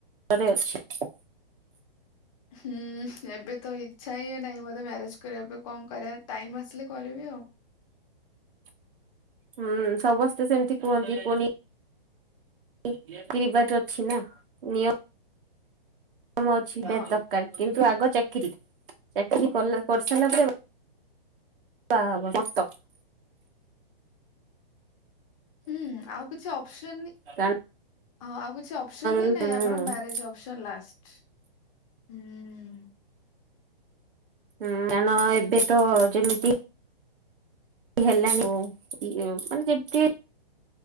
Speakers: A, on the right (about 65°); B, on the left (about 35°).
A: ରେ ଅଛି। <inaudible>
B: ହୁଁ ଏବେ ତ ଇଚ୍ଛା ହି ନାଇଁ ମୋତେ ମ୍ୟାରେରେଜ କରିବା ପାଇଁ କଣ କରିବା। ଟାଇମ୍ ଆସିଲେ କରିବି ଆଉ।
A: <inaudible> ହୁଁ ସମସ୍ତେ ସେମିତି କୁହନ୍ତି ପୁଣି <inaudible> ରିବାଜ ଅଛି ନା। ନି କମ ଅଛି
B: ହଁ
A: ବେତରକାର କିନ୍ତୁ ଆଗ ଚାକିରି ଚାକିରି କରିଲା କରି ସାରିଲା ପରେ <inaudible> ବାହାହେବ ସତ।
B: ହୁଁ ଆଉ କିଛି ଅପ୍ସନ
A: କାରଣ
B: ହଁ ଆଉ କିଛି ଅପ୍ସନ
A: ହୁଁ
B: ହିଁ ନାଇଁ
A: ହୁଁ
B: ଆମର ମ୍ୟାରେଜ ଅପସନ୍ ଲାଷ୍ଟ। <inaudible> ହୁଁ।
A: ହୁଁ କାରଣ ଏବେ ତ ଯେମିତି ହେଲାଣି ଇ ମାନେ ଯେମତି